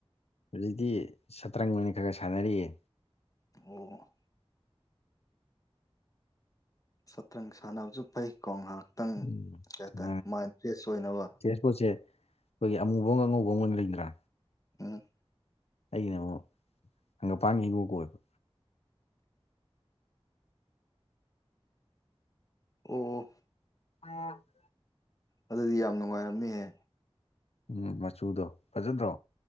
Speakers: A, on the left; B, on the left.
A: ꯍꯧꯖꯤꯛꯇꯤ ꯁꯠꯇ꯭ꯔꯡ ꯑꫭꯏꯅ ꯈꯔ ꯈꯔ ꯁꯥꯟꯅꯔꯤꯌꯦ
B: ꯑꯣ ꯁꯇ꯭ꯔꯪ ꯁꯥꯟꯅꯕꯁꯨ ꯐꯩꯀꯣ ꯉꯥꯏꯍꯥꯛꯇꯪ
A: ꯎꯝ
B: ꯀꯩ ꯍꯥꯏꯇꯥꯔꯦ ꯃꯥꯏꯟ ꯐ꯭ꯔꯦꯁ ꯑꯣꯏꯅꯕ
A: ꯄꯣꯠꯖꯦ ꯑꯩꯈꯣꯏꯒꯤ ꯑꯃꯨꯕ ꯑꯃ ꯑꯉꯧꯕ ꯑꯃ ꯑꯣꯏꯅ ꯂꯩꯗꯅ
B: ꯎꯝ
A: ꯑꯩꯒꯤꯅ ꯑꯃꯨꯛ ꯍꯪꯒꯄꯥꯡ ꯍꯤꯡꯒꯣꯛ ꯀ ꯑꯣꯏꯕ
B: ꯑꯣ
A: <unintelligible>
B: ꯑꯗꯨꯗꯤ ꯌꯥꯝ ꯅꯨꯡꯉꯥꯏꯔꯝꯅꯤꯍꯦ
A: ꯎꯝ ꯃꯆꯨꯗꯣ ꯐꯖꯗ꯭ꯔꯣ